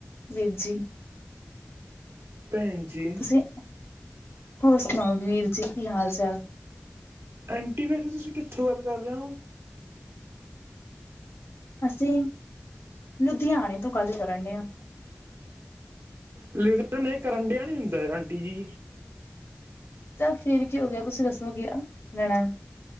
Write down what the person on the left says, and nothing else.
ਵੀਰ ਜੀ।
ਤੁਸੀਂ, ਹੋਰ ਸੁਣਾਓ ਵੀਰ ਜੀ ਕੀ ਹਾਲ ਚਾਲ?
ਅਸੀਂ ਲੁਧਿਆਣੇ ਤੋਂ ਗੱਲ ਕਰਨ ਡੇ ਹਾਂ।
ਚੱਲ ਫੇਰ ਕੀ ਹੋਗਿਆ, ਤੁਸੀ ਦੱਸੋ <unintelligible> ਲੈਣਾ।